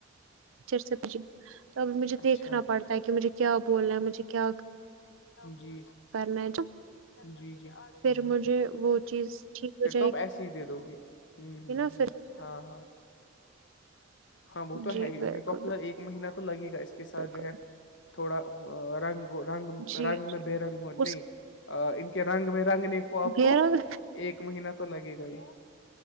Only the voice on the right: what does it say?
پچر سے تو اب مجھے
دیکھنا پڑتا ہے کہ مجھے کیا بولنا ہے مجھے کیا
کرنا ہے جو
پھر مجھے وہ چیز ٹھیک ہو
جائے
گی نا پھر
جی
بالکل
بالکل
جی
جی
اس
پیروں